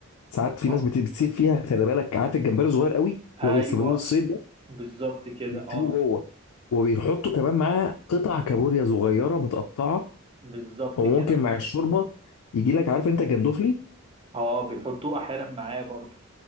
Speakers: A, on the left; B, on the right.
A: ساعات في
B: اه
A: ناس بت- بتسيب فيها خلي بالك عارف الجمبري صغير قوي
B: ايوه
A: لو يستخدموه للصيد
B: بالظبط كده
A: بيسيبوه
B: اه
A: جوه وبيحطوا كمان معاه قطع كابوريا صغيره متقطعه
B: بالظبط
A: وممكن
B: كده
A: مع الشوربه يجي لك عارف انت جندوفلي
B: اه بيحطوه احيانا معاه برضو